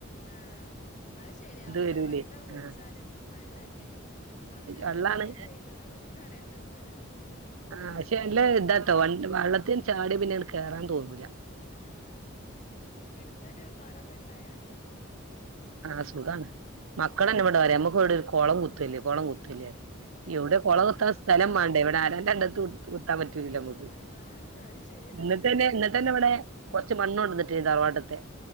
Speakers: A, on the left; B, on the right.
A: ആഹ അത് ശരി അവിടെ
B: വരൂലേ
A: എത്ര കുളിച്ചാലും
B: ആ
A: വെള്ളല്ലേ എത്ര ആൾക്കാര്
B: വെള്ളാണ്
A: എന്തൊക്കെയാ ചെയ്തണെന്നൊന്നും പറയാൻ പറ്റൂല
B: ആഹ് പക്ഷേ നല്ലേ ഇതാട്ടോ വ വെള്ളത്തിന് ചാടിയ പിന്നെങ്ങട്ട് കേറാൻ തോന്നൂല്ല
A: ആഹ് എടുത്തൊരു കുളക്കെ ഉണ്ടായ നല്ല സുഖ
B: ആഹ സുഖാണ് മക്കളെന്നെ
A: ഉം
B: ഇവടെപറയാ നമ്മക്ക് എവിടെ ഒരു കൊളം കുത്തല്ലേ കൊളം കുത്തല്ലേന് ഇവിടെ കൊള കുത്താൻ
A: ആഹ്
B: സ്ഥലം മാണ്ടേ ഇവിടെ ആരന്റെ കണ്ടത്ത് കുത്താൻ പറ്റൂലല്ലോ ഞമ്മക്ക്
A: ആഹ് അത് ശരിയാ
B: ഇന്നട്ടെന്നെ ഇന്നട്ടെന്നെ ഇവിടെ കുറച്ച് മണ്ണണ് കൊണ്ടനിടീണ്ട് തറവാട്ടത്തെ